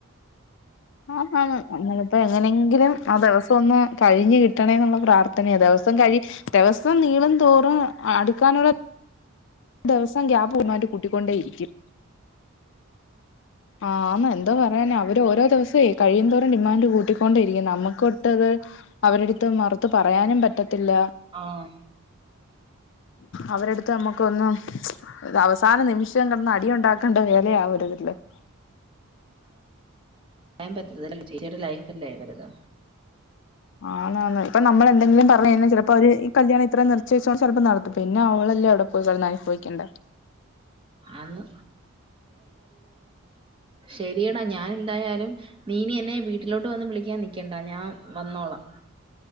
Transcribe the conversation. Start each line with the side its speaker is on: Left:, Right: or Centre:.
Left: ആഹ് ആഹാ അങ്ങനത്തെ അങ്ങനെയെങ്കിലും ആ ദിവസം ഒന്ന് കഴിഞ്ഞു കിട്ടണേ എന്നുള്ള പ്രാർത്ഥനയ ദിവസം കഴി.... ദേവസം നീളും തോറും അടി... <unintelligible> ദിവസം ഗ്യാപ് വന്നേണ്ട് കൂട്ടിക്കൊണ്ടേയിരിക്കും ആന്ന് എന്താ പറയാന അവര് ഓരോ ദിവസേ കഴിയന്തോരം ഡിമാൻഡ് കൂട്ടിക്കൊണ്ടേയിരിക്കും നമ്മുക്കൊട്ടത് അവരെടുത്ത് മറുത്ത് പറയാനും പറ്റത്തില്ല
Right: ആഹ്
Left: അവരെടുത്ത് നമ്മക്ക്... ക്കൊന്നും ത് അവസാന നിമിഷം എന്ന് അടിയുണ്ടാക്കണ്ട വേലേ <unintelligible>
Right: യാൻ <inaudible> ചേച്ചിയുടെ ലൈഫല്ലേ വലുത്
Left: ആന്ന്‌ ആന്ന്‌ ഇപ്പൊ നമ്മൾ എന്തെങ്കിലും പറഞ്ഞു കഴിഞ്ഞാ ചില... അപ്പൊ ഒരു ഈ കല്യാണം ഇത്ര നിർച്ച്വെച്ചുകൊണ് ചെൽപ്പോ നടത്തും പിന്നെ അവളല്ലേ അവിടെ പോയി കട്ന്ന് അനുഭവിക്കണ്ടേ
Right: ആന്ന് ശരിയേടാ ഞാൻ എന്തായാലും നീനി എന്നെ വീട്ടിലോട്ട് വന്ന് വിളിക്കാൻ നിക്കണ്ടാ ഞാൻ വന്നോളാ